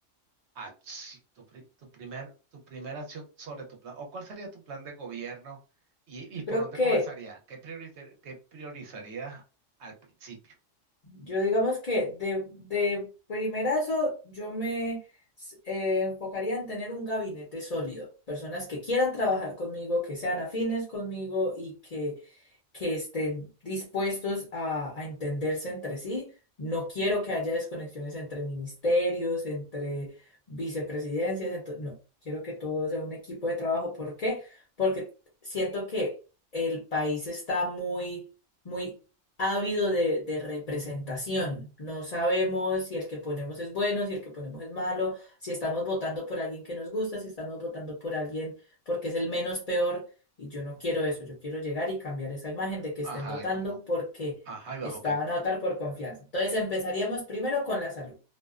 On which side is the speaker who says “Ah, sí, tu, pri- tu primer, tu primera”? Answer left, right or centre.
Right